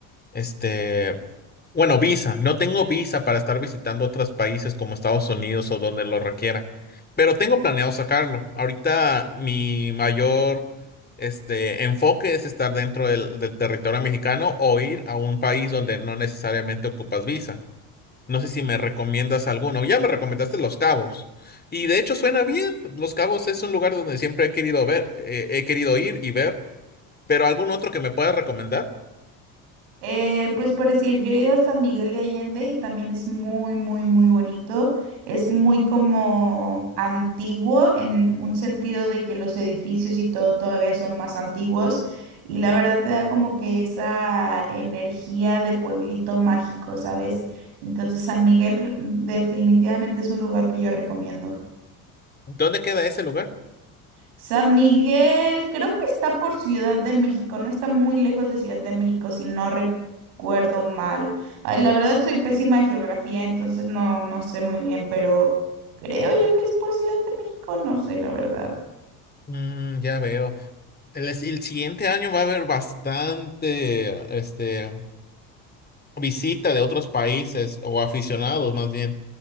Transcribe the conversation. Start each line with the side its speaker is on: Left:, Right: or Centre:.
Left: este, Bueno, visa. No tengo visa para estar visitando otros países como Estados Unidos o donde lo requiera. Pero tengo planeado sacarlo. Ahorita mi mayor este, enfoque es estar dentro del, del territorio mexicano o ir a un país donde no necesariamente ocupas visa. No sé si me recomiendas alguno. Ya me recomendaste Los Cabos. Y de hecho suena bien. Los Cabos es un lugar donde siempre he querido ver, eh, he querido ir y ver. Pero algún otro que me puedas recomendar.
Right: Eh, pues por decir, yo he ido a San Miguel de Allende y también es muy, muy, muy bonito. Es muy como antiguo en un sentido de que los edificios y todo todavía son más antiguos y la verdad te da como que esa energía de pueblito mágico, ¿sabes? Entonces San Miguel definitivamente es un lugar que yo recomiendo.
Left: ¿Dónde queda ese lugar?
Right: San Miguel, creo que está por Ciudad de México, no está muy lejos de Ciudad de México, si no recuerdo mal. Ay, la verdad soy pésima en geografía, entonces no, no sé muy bien, pero creo yo que es por Ciudad de México, no sé la verdad.
Left: Mm, ya veo. El, el siguiente año va a haber bastante, este, visita de otros países o aficionados más bien.